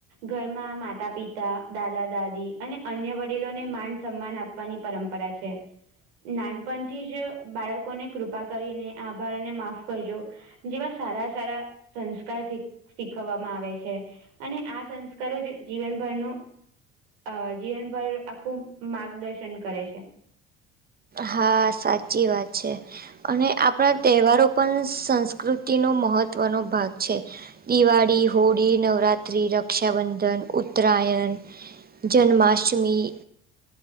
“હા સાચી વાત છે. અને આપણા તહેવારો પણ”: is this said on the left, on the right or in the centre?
Right